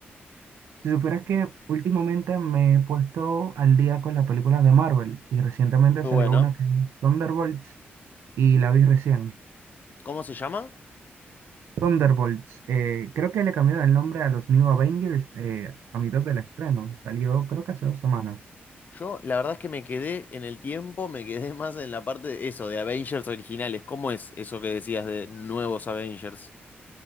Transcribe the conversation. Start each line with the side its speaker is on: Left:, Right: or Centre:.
Right: Si supieras que últimamente me he puesto al día con las películas de Marvel y recientemente
Left: Muy
Right: salió
Left: bueno.
Right: una que es Thunderbolts y la vi recién.
Left: ¿Cómo se llama?
Right: Thunderbolts, eh, creo que le cambiaron el nombre a los New Avengers eh, a mitad del estreno. Salió creo que hace dos semanas.
Left: Yo, la verdad es que me quedé en el tiempo, me quedé <laughs> más en la parte de eso, de Avengers originales. ¿Cómo es eso que decías de nuevos Avengers?